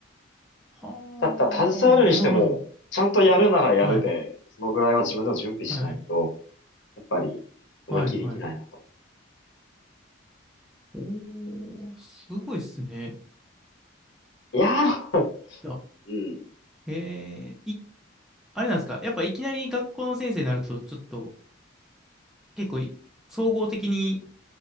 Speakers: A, in the centre; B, on the left (about 65°).
A: はあ、
B: だったら携わるにしても、
A: なるほど。
B: ちゃんとやるならやるで、
A: はい、
B: そのぐらいは自分でも準備しないと、
A: はい、
B: やっぱり、思い切りできないなと思
A: はい、はい。おーすごいっすね。
B: う。いやー、
A: いや、
B: <laughs> うん。
A: えー、い、あれなんですかやっぱいきなり学校の先生になると、ちょっと、結構い、総合的に